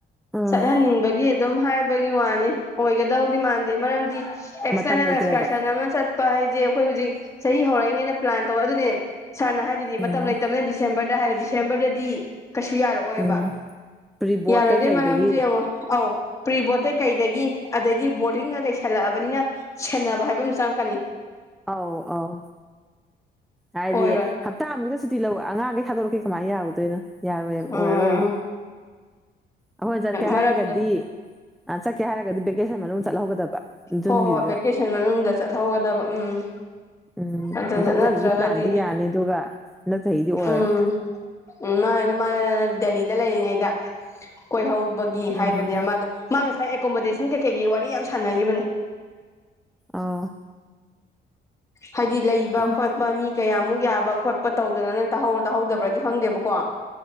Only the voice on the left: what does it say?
ꯆꯠꯍꯟꯅꯤꯡꯕꯒꯤ ꯑꯗꯨꯝ ꯍꯥꯏꯕꯒꯤ ꯋꯥꯅꯤ ꯑꯣꯏꯒꯗꯧꯗꯤ ꯃꯥꯟꯗꯦ ꯃꯔꯝꯗꯤ ꯑꯦꯛꯁꯇꯔꯅꯦꯜ
ꯑꯦꯛꯁꯀꯔꯁꯟ ꯑꯃ ꯆꯠ ꯄꯥ ꯍꯥꯏꯁꯦ ꯑꯩꯈꯣꯏ ꯍꯧꯖꯤꯛ ꯆꯍꯤ ꯍꯧꯔꯛꯏꯉꯩꯅ ꯄ꯭ꯂꯥꯟ ꯇꯧꯔꯦ ꯑꯗꯨꯅꯦ ꯁꯥꯔꯅ ꯍꯥꯏꯗꯨꯗꯤ
ꯃꯇꯝ ꯂꯩꯇꯕꯅꯗꯤ ꯗꯤꯁꯦꯝꯕꯔꯗ ꯍꯥꯏꯔ ꯗꯤꯁꯦꯝꯕꯔꯗꯗꯤ ꯀꯩꯁꯨ ꯌꯥꯔꯛꯑꯣꯏꯕ
ꯌꯥꯔꯣꯏꯗꯣꯏ
ꯃꯔꯝꯁꯦ ꯌꯦꯡꯉꯣ ꯑꯧ ꯄ꯭ꯔꯤ ꯕꯣꯠꯇꯩ ꯀꯩꯗꯒꯤ ꯑꯗꯩꯗꯤ ꯕꯣꯔꯗꯤꯡꯗ ꯂꯩꯁꯜꯂꯛꯑꯕꯅꯤꯅ ꯁꯦꯟꯅꯕ ꯍꯥꯏꯕ ꯑꯃ ꯆꯪꯉꯛꯀꯅꯤ
ꯑꯣꯏꯔꯣꯏ
ꯎꯝ
ꯃꯔꯝꯗꯣ
ꯍꯣꯏ ꯍꯣꯏ ꯚꯦꯀꯦꯁꯟ ꯃꯅꯨꯡꯗ ꯆꯠꯍꯧꯒꯗꯕ ꯎꯝ ꯎꯝ
ꯑꯗꯨꯗ
ꯅꯠꯇ꯭ꯔꯒꯗꯤ
ꯎꯝ ꯎꯝ ꯃꯥ ꯃꯥ ꯗꯦꯂꯤꯗ ꯂꯩꯔꯤꯉꯩꯗ ꯀꯣꯏꯍꯧ ꯕꯒꯤ
ꯍꯥꯏꯕꯅꯦꯕ ꯃꯥꯗꯣ ꯃꯥ ꯉꯁꯥꯏ ꯑꯦꯀꯣꯃꯣꯗꯦꯁꯟ ꯀꯩ ꯀꯩꯒꯤ ꯋꯥꯔꯤ ꯌꯥꯝ ꯁꯥꯟꯅꯈꯤꯕꯅꯦ
ꯍꯥꯏꯗꯤ ꯂꯩꯕ
ꯈꯣꯠꯄ ꯃꯤ ꯀꯌꯥꯃꯨꯛ ꯌꯥꯕ ꯈꯣꯠꯄ ꯇꯧꯗꯅ ꯅꯪ ꯇꯥꯍꯧꯕ꯭ꯔ ꯇꯥꯍꯧꯗꯕ꯭ꯔꯗꯤ ꯈꯪꯗꯦꯕꯀꯣ